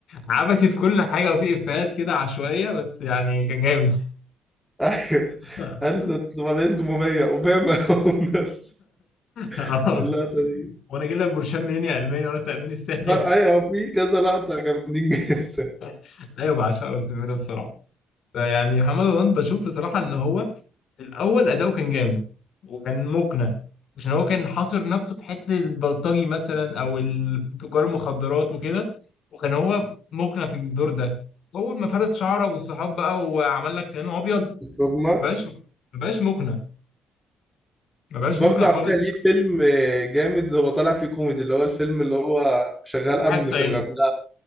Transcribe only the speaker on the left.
عبثي في كل حاجة وفيه إفيهات كده عشوائية بس يعني كان جامد
<laughs>
اه
وانا اجيب لك برشام منين يا علمية وانا التأمين الصحي
<laughs> ايوه بعشقه الفيلم ده بصراحة يعني محمد رمضان بشوف بصراحة ان هو في الاول اداؤه كان جامد وكان مقنع عشان هو كان حاصر نفسه في حته البلطجي مثلا او ال- تجار المخدرات وكده وكان هو مقنع في الدور ده اول ما فرد شعره والصحاب بقى وعمل لك سنانه ابيض
مبقاش مبقاش مقنع مبقاش
مقنع خالص
واحد صعيدي